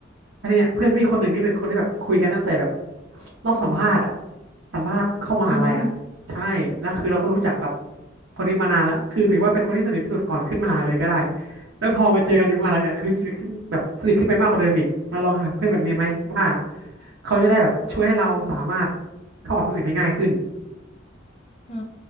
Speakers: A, on the right; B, on the left.
A: แล้วทีเนี้ยเพื่อนพี่คนหนึ่งที่เป็นคนที่แบบคุยกันตั้งแต่แบบรอบสัมภาษณ์อ่ะสัมภาษณ์เข้ามหาลัยอ่ะ
B: โห
A: ใช่แล้วคือเราก็รู้จักกับคนนี้มานานแล้วคือถือว่าเป็นคนที่สนิทที่สุดก่อนขึ้นมหาลัยเลยก็ได้แล้วพอมาเจอกันอยู่มหาลัยเนี่ยคือสนิทขึ้นแบบสนิทขึ้นไปมากกว่าเดิมอีกมาลองหาเพื่อนแบบนี้ไหมว่าเขาจะได้แบบช่วยให้เราสามารถเข้ากับคนอื่นได้ง่ายขึ้น
B: อ๋อ